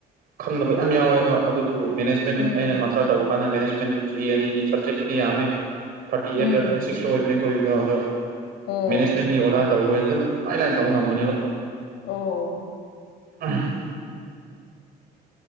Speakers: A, on the right (about 60°); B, on the left (about 90°).
A: ꯈꯪꯗꯕ ꯌꯥꯝ ꯌꯥꯎꯋꯦꯕ ꯑꯗꯨꯕꯨ ꯃꯦꯅꯦꯖꯃꯦꯟ
B: ꯎꯝ
A: ꯑꯩꯅ ꯃꯥꯁꯇꯔ ꯇꯧꯕ ꯃꯥꯅ ꯃꯦꯅꯦꯖꯃꯦꯟꯗꯨ ꯆꯍꯤ ꯑꯅꯤꯅꯤ ꯁꯞꯖꯦꯛꯄꯨꯗꯤ ꯌꯥꯝꯃꯦ ꯊꯥꯔꯇꯤ
B: ꯎꯝ
A: ꯑꯩꯠ ꯊꯥꯔꯇꯤ ꯁꯤꯛꯁ ꯑꯣꯏꯕꯅꯤꯈꯣꯏꯒꯤꯗꯣ ꯑꯗꯣ
B: ꯑꯣ
A: ꯃꯦꯅꯦꯖꯃꯦꯟꯒꯤ ꯑꯣꯖꯥ ꯇꯧꯕꯗꯤ ꯑꯗꯨꯝ ꯂꯥꯏ ꯂꯥꯏꯅ ꯇꯧꯕ ꯉꯝꯒꯅꯦꯕ
B: ꯑꯣ
A: ꯎꯝ